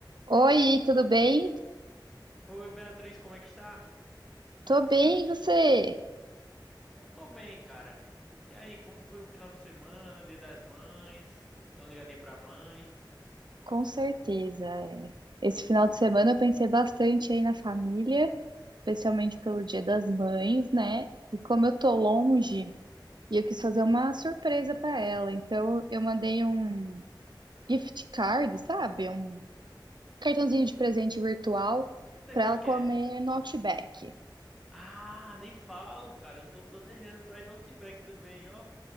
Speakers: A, on the right; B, in the centre.
A: Oi, tudo bem?
B: Oi, Beatriz, como é que está?
A: Tô bem, e você?
B: Eu tô bem, cara. E aí, como foi o final de semana, Dia das Mães? Deu uma ligadinha pra mãe? Não
A: Com certeza. é. Esse final de semana eu pensei bastante aí na família, especialmente pelo Dia das Mães, né? E como eu tô longe, e eu quis fazer uma surpresa pra ela, então eu mandei um gift card, sabe? Um cartãozinho de presente virtual
B: sei
A: pra
B: como
A: ela
B: é que
A: comer
B: é.
A: no Outback.
B: Ah, nem fala, cara. Eu tô planejando pra ir no Outback também, ó.